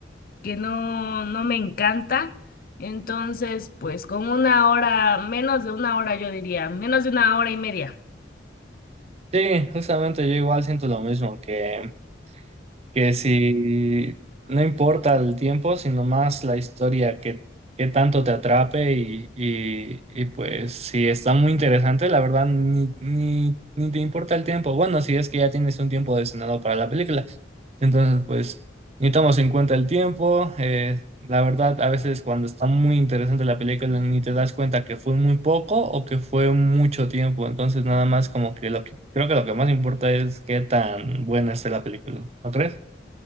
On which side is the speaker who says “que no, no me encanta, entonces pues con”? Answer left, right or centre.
Left